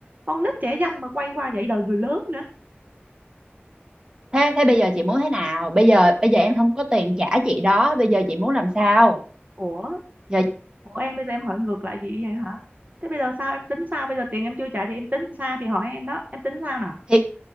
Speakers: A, on the right (about 40°); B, on the right (about 20°).
A: con nít trẻ danh mà quay qua dạy đời người lớn nữa
B: thế thế bây giờ chị muốn thế nào? Bây giờ bây giờ em không có tiền trả chị đó, bây giờ chị muốn làm sao?
A: ủa
B: Giờ
A: của em bây giờ em hỏi ngược lại chị vậy hả thế bây giờ sao em tính sao bây giờ tiền em chưa trả thì em tính sao thì hỏi em đó em tính sao nào
B: thì